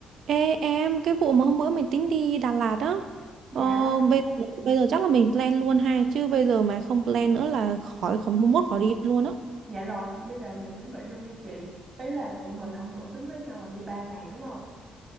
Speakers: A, on the right; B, on the right.
A: Ê em, cái vụ mà hôm bữa mình tính đi Đà Lạt á,
B: Dạ,
A: ờ, bây, bây giờ chắc là mình plan luôn ha, chứ bây giờ mà không plan nữa là khỏi khỏi mốt khỏi đi luôn á.
B: dạ rồi, bây giờ mình chuẩn bị luôn đi chị. Ý là tụi mình hôm bữa tính với nhau là đi 3 ngày đúng không?